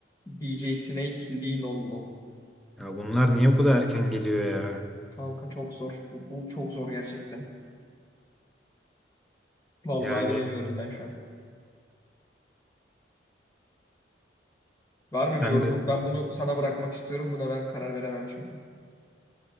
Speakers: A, on the left; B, in the centre.
A: D J Snake Lean On mu?
B: Ya bunlar niye bu kadar erken geliyor ya?
A: Kanka çok zor. Bu, bu çok zor gerçekten. Vallahi
B: Yani
A: bilemiyorum ben şu an. Var mı bir
B: ben
A: yorumun?
B: de
A: Ben bunu sana bırakmak istiyorum. Buna ben karar veremem çünkü.